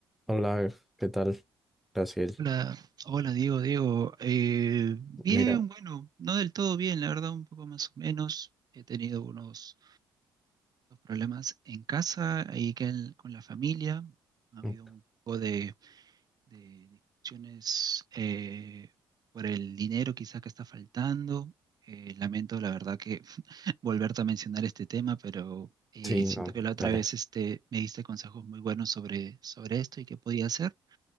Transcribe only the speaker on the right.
Hola, hola Diego, Diego. Eh, bien,
bueno, no del todo bien, la verdad, un poco más o menos. He tenido unos, unos problemas en casa, ahí que en- con la familia. Ha habido
un poco de, de discusiones eh, por el dinero quizá que está faltando. Eh, lamento, la verdad, que <laughs> volverte a mencionar este tema, pero eh,
siento
que la otra
vez este, me diste consejos muy buenos sobre, sobre esto y qué podía hacer.